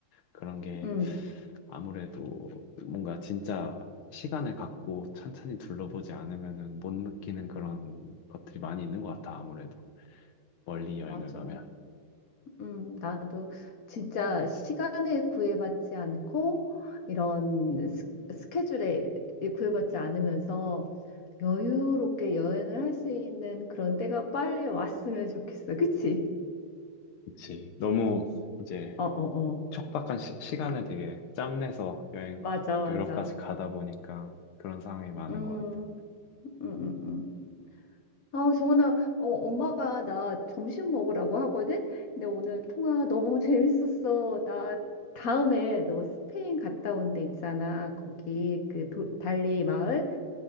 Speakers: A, on the left; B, on the left.
A: 그런 게
B: 응,
A: 아무래도 뭔가 진짜 시간을 갖고 천천히 둘러보지 않으면은 못 느끼는 그런 것들이 많이 있는 것 같아, 아무래도. 멀리 여행을
B: 맞아.
A: 가면.
B: 음, 나도 진짜 시간에 구애받지 않고 이런 스, 스케줄에 구애받지 않으면서 여유롭게 여행을 할 수 있는 그런 때가 빨리 왔으면 좋겠어. 그치?
A: 그치. 너무 이제
B: 어, 어, 어.
A: 촉박한 시, 시간을 되게 짬내서 여행
B: 맞아, 맞아.
A: 유럽까지 가다 보니까 그런 상황이 많은
B: 음,
A: 것 같아.
B: 음, 음, 음. 아, 정원아, 어, 엄마가 나 점심 먹으라고 하거든? 근데 오늘 통화 너무 재밌었어. 나 다음에 너 스페인 갔다 온데 있잖아. 거기 그 도, 달리 마을